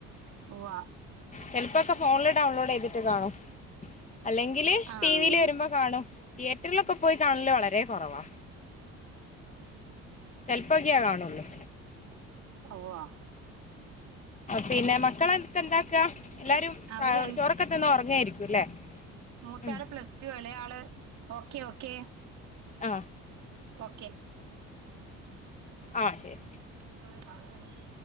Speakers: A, on the right; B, on the left.
A: ഉവ്വോ
B: ചെലപ്പോക്കെ ഫോണില് ഡൗൺലോഡ് ചെയ്തിട്ട് കാണും. അല്ലെങ്കില്
A: ആഹ്
B: ടിവിൽ വരുമ്പോ കാണും തിയേറ്ററിലൊക്കെ പോയി കാണല് വളരെ കുറവാ. ചെല്പ്പക്കെയാ കാണുള്ളൂ.
A: ഉവ്വ
B: പിന്നെ മക്കളക്കെ എന്താക്ക എല്ലാരും
A: അവര്
B: ചോറൊക്കത്തന്ന ഉറങ്ങയിരിക്കും അല്ലേ.
A: മൂത്ത
B: ഉം.
A: ആള് പ്ലസ്. റ്റും ഇയാളെ ആള് ഓക്കെ ഓക്കെ
B: ആ
A: ഓക്കെ.
B: ആ ശരി.
A: <unintelligible>